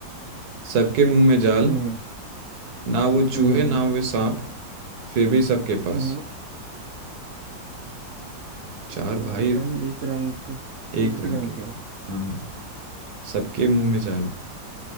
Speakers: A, on the right; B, on the right.
A: सबके मुंह में जाल
B: हम्म
A: ना वो चूहे
B: हम्म
A: ना वो सांप फिर भी सबके पास
B: हम्म
A: चार
B: यार
A: भाई
B: भाई एक रंग के
A: एक
B: एक
A: रंग
B: ही रंग
A: के
B: के हैं।
A: हाँ हाँ सबके मुंह में जाल